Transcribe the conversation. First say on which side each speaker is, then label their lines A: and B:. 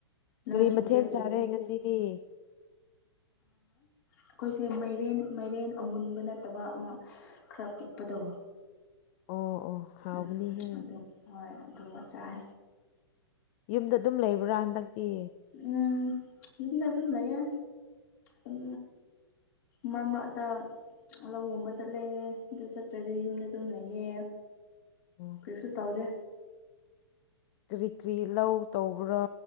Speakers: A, on the left; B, on the left.
A: ꯅꯣꯏꯁꯤꯡꯁꯦ
B: ꯀꯔꯤ ꯃꯊꯦꯟ ꯆꯥꯔꯦ
A: ꯎ
B: ꯉꯁꯤꯗꯤ
A: ꯑꯩꯈꯣꯏꯁꯦ ꯃꯩꯔꯦꯟ ꯃꯩꯔꯦꯟ ꯑꯃꯨꯟꯕ ꯅꯠꯇꯕ ꯑꯃ ꯈꯔ ꯄꯤꯛꯄꯗꯣ
B: ꯑꯣ ꯑꯣ ꯍꯥꯎꯕꯅꯤꯍꯦ
A: ꯎꯝ ꯑꯗꯨ ꯍꯣꯏ ꯑꯗꯨꯒ ꯆꯥꯏ
B: ꯌꯨꯝꯗ ꯑꯗꯨꯝ ꯂꯩꯕ꯭ꯔꯥ ꯍꯟꯗꯛꯇꯤ꯫
A: ꯎꯝ ꯌꯨꯝꯗ ꯑꯗꯨꯨꯝ ꯂꯩꯌꯦ ꯎꯝ ꯃ꯭ꯔ ꯃ꯭ꯔꯛꯇ ꯂꯧ ꯒꯨꯝꯕ ꯆꯠꯂꯦ ꯑꯗꯨ ꯆꯠꯇ꯭ꯔꯗꯤ ꯌꯨꯝꯗ ꯑꯗꯨꯝ ꯂꯩꯌꯦ꯫
B: ꯑꯣ
A: ꯀꯩꯁꯨ ꯇꯧꯗꯦ꯫
B: ꯀꯔꯤ ꯀ꯭ꯔꯤ ꯂꯧ ꯇꯧꯕ꯭ꯔꯥ